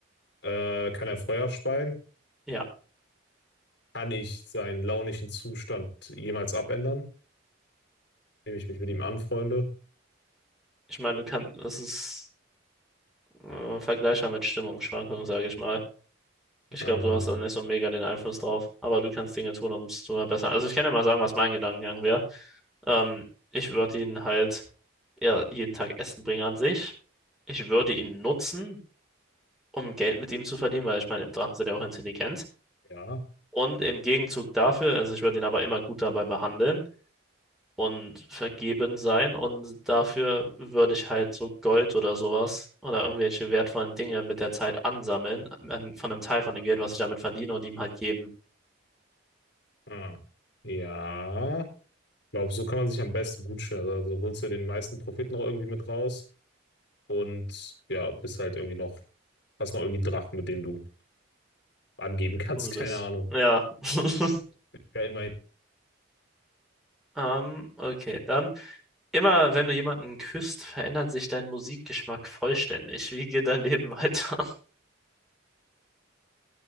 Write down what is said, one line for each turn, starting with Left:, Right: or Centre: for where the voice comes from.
Left: Äh, kann er Feuer speien?
Centre: ja.
Left: Kann ich seinen launischen Zustand jemals abändern, indem ich mich mit ihm anfreunde?
Centre: Ich meine, du kannst, das ist äh, vergleichbar mit Stimmungsschwankungen, sage ich mal. Ich
Left: Äh,
Centre: glaube, du hast da nicht so mega den Einfluss drauf, aber du kannst Dinge tun, um es zu verbessern. Also ich kann dir mal sagen, was mein Gedankengang wäre. Ähm, ich würde ihn halt ja, jeden Tag Essen bringen an sich. Ich würde ihn nutzen, um Geld mit ihm zu verdienen, weil ich meine, Drachen sind ja auch intelligent.
Left: ja.
Centre: Und im Gegenzug dafür, also ich würde ihn aber immer gut dabei behandeln und vergeben sein. Und dafür würde ich halt so Gold oder sowas oder irgendwelche wertvollen Dinge mit der Zeit ansammeln, an, von einem Teil von dem Geld, was ich damit verdiene, und ihm halt geben.
Left: Ah. Ja. Ich glaube, so kann man sich am besten gut stellen. Also holst du den meisten Profit noch irgendwie mit raus und ja, bist halt irgendwie noch, hast noch irgendwie einen Drachen, mit dem du angeben kannst.
Centre: So
Left: <laughs> Keine
Centre: das.
Left: Ahnung.
Centre: Ja. <laughs>
Left: Ja, immerhin
Centre: Ähm, okay, dann. Immer wenn du jemanden küsst, verändert sich dein Musikgeschmack vollständig. Wie geht dein Leben weiter? <laughs>